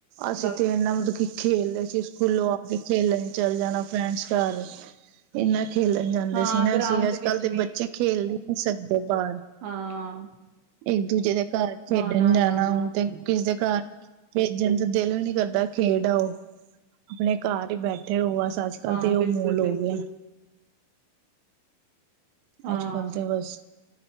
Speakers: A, on the right (about 85°); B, on the right (about 70°).
A: ਅਸੀਂ
B: ਬਾਕੀ
A: ਤੇ ਇਹਨਾਂ ਮਤਲਬ ਕੀ ਖੇਲਦੇ ਸੀ ਸਕੂਲੋਂ ਆ ਕੇ ਖੇਲ ਚਲ ਜਾਣਾ ਫਰੈਂਡਸ ਘਰ ਇੰਨਾ ਖੇਲਣ ਜਾਂਦੇ
B: ਹਾਂ
A: ਸੀ ਨਾ
B: ਗਰਾਊਂਡ
A: ਅਸੀਂ ਅੱਜ
B: ਵਿੱਚ
A: ਕੱਲ੍ਹ ਦੇ
B: ਵੀ
A: ਬੱਚੇ ਖੇਦੇ ਸਿੱਧੇ ਬਾਹਰ
B: ਹਾਂ
A: ਇੱਕ ਦੂਜੇ ਦੇ ਘਰ
B: ਨਾ,
A: ਖੇਡਣ
B: ਨਾ,
A: ਜਾਣਾ
B: ਨਾ, ਨਾ
A: ਹੁਣ ਤੇ ਕਿਸ ਦੇ ਘਰ ਭੇਜਣ
B: ਬਿਲਕੁਲ
A: ਤੇ ਦਿਲ ਵੀ ਨੀ ਕਰਦਾ। ਖੇਡਓ ਆਪਣੇ ਘਰ ਹੀ ਬੈਠੇ ਠੇ ਰੋਆਸ ਅੱਜ ਕੱਲ੍ਹ
B: ਹਾਂ
A: ਤੇ ਉਹ
B: ਬਿਲਕੁਲ,
A: ਮੋਲ ਹੋ
B: ਬਿਲਕੁਲ
A: ਗਿਆ
B: ਹਾਂ,
A: ਅੱਜ ਕੱਲ ਤੇ ਬਸ